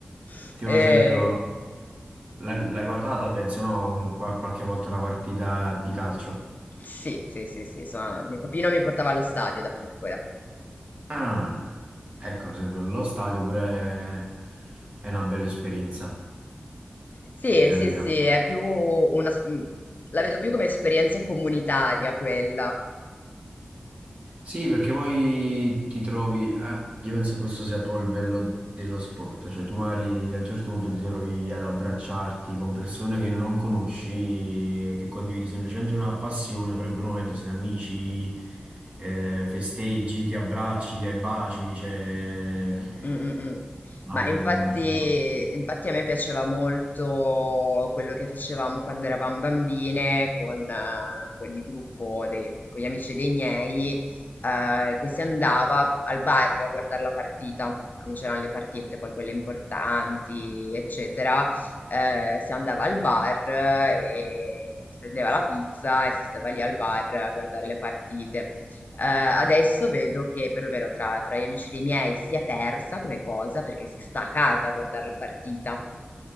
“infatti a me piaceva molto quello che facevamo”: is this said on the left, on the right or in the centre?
Left